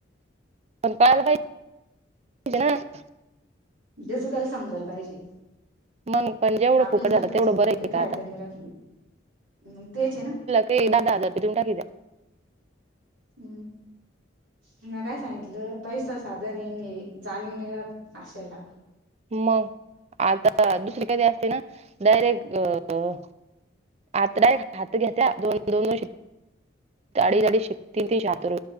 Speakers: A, on the right; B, on the right.
A: पण कायला पाहि इ ना <inaudible>
B: जसं त्याला समजायला पाहिजे.
A: मग पण जेवढं
B: आपल्यासारखंच
A: फुकट झालं तेवढं
B: बोलून
A: बरं आहे
B: काही फायदा
A: का आता
B: नाही राहत. म तेच आहे ना.
A: ते दादा हजार रुपये दिऊन टाकीचा.
B: हम्. म्या काय सांगितलं पैसा साधन येणे जाणीव नई राहत आशयला.
A: मग आता दुसरी कधी असते ना डायरेक्ट अ अत्डाय हाती घेत्या दोन दोन शिप. त्या आडीच आडीच शिप तीन तीन सातो र